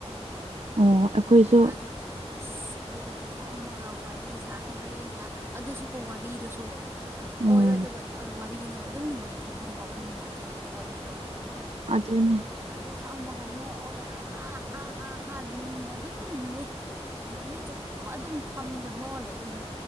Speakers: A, on the right; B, on the right.
A: ꯑꯣ ꯑꯩꯈꯣꯏꯁꯨ
B: ꯑꯗꯨ ꯑꯁ ꯑꯗꯨꯗꯀꯣ ꯐꯝꯃꯒ ꯋꯥꯔꯤ ꯁꯥꯔ ꯋꯥꯔꯤ ꯅꯨꯡꯉꯥꯏ ꯑꯗꯨꯁꯨꯀꯣ ꯋꯥꯔꯤꯗꯨꯁꯨ ꯑꯣꯏꯔꯣꯏꯗꯕ
A: ꯎꯝ
B: ꯋꯥꯔꯤꯅ ꯑꯗꯨꯝ ꯅꯨꯡꯉꯥꯏꯊꯣꯛꯄꯗꯣ ꯋꯥꯈꯜ ꯅꯨꯡꯉꯥꯏꯊꯣꯛꯄꯗꯣ ꯋꯥꯔꯤꯗꯣ
A: ꯑꯗꯨꯅꯦ
B: ꯑꯗꯨ ꯐꯝꯃꯒ ꯅꯣꯛꯑꯒ ꯑ ꯍꯥꯥ ꯍꯥꯥ ꯍꯥꯥꯃ ꯑꯗꯨꯝ ꯅꯨꯃꯤꯠ ꯅꯨꯃꯤꯠ ꯆꯨꯞꯄ ꯑꯗꯨꯝ ꯐꯝꯃꯒ ꯅꯣꯛꯑ ꯂꯩꯗꯣꯏꯅꯦ